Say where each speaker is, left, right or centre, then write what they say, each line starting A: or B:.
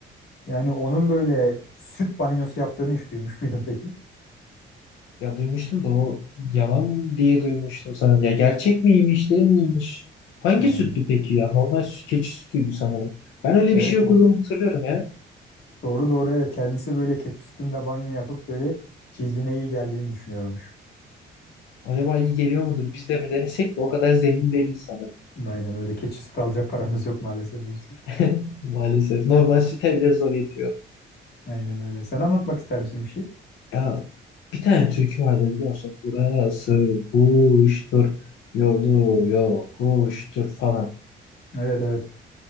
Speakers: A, on the left; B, on the left.
A: Yani onun böyle süt banyosu yaptığını hiç duymuş <laughs> muydun peki?
B: Ya duymuştum da o yalan diye duymuştum sanırım. Ya gerçek miymiş değil miymiş? Hangi
A: Yani
B: süttü peki ya? Normal süt, keçi sütüydü sanırım. Ben öyle
A: evet
B: bir şey okuduğumu
A: evet.
B: hatırlıyorum ya.
A: Doğru doğru evet. Kendisi böyle keçi sütünde banyo yapıp böyle cildine iyi geldiğini düşünüyormuş.
B: Acaba iyi geliyor mudur? Biz de mi denesek de o kadar zengin değiliz sanırım.
A: Aynen öyle. Keçi sütü alacak paramız yok maalesef Hulusi.
B: <laughs> Maalesef. Normal süte bile zor yetiyor.
A: Aynen öyle. Sen anlatmak ister misin bir şey?
B: Ya bir tane türkü vardı biliyorsun. Burası kuştur, yolu yokuştur falan.
A: Evet evet.